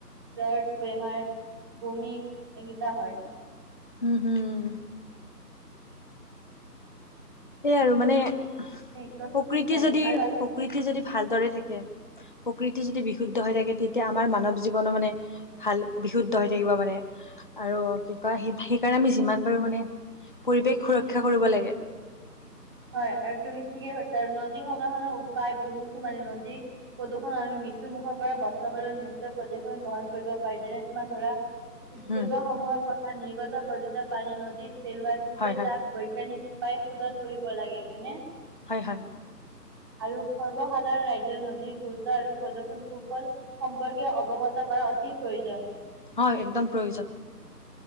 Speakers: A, on the right (about 15°); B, on the left (about 30°).
A: জ্বৰ বেমাৰ, বমি, এইকেইটা হয়।
B: উম! হুম। সেইয়েই
A: তুমি
B: আৰু মানে প্ৰকৃতি
A: একদম হয়
B: যদি,
A: আৰু প্ৰাচীন
B: প্ৰকৃতি যদি ভালদৰে থাকে। প্ৰকৃতি যদি বিশুদ্ধ হৈ থাকে, তেতিয়া আমাৰ মানৱ জীৱনো মানে ভাল, বিশুদ্ধ হৈ থাকিব মানে আৰু কি কয়? সেইকাৰণে আমি যিমান পাৰো মানে পৰিৱেশ সুৰক্ষা কৰিব লাগে।
A: হয় আৰু তুমি ঠিকেই কৈছা আৰু নদী সংৰক্ষনৰ উপায় বহুতো মানে নদী প্ৰদূষণ আৰু মৃত্যু মুুখৰ পৰা বচাবলৈ নিয়তৰ প্ৰদূষণ গ্ৰহণ কৰিব পাৰি। যেনে তোমাৰ ধৰা <unintelligible> উদ্যোগসমূহৰ
B: উম
A: পৰা নিৰ্গত বৰ্জিত পানী নদীত পেলাই পূৰ্বে
B: হয় হয়
A: বৈজ্ঞানিক ৰূপে সোধন কৰিব লাগে হয় নে?
B: হয়-হয়।
A: আৰু সৰ্বসাধাৰণ ৰাজ্যৰ নদীৰ গুৰুত্ব আৰু প্ৰদূষণ কুফল সম্পৰ্কে অৱগত কৰা অতি প্ৰয়োজন।
B: হয়, একদম প্ৰয়োজন।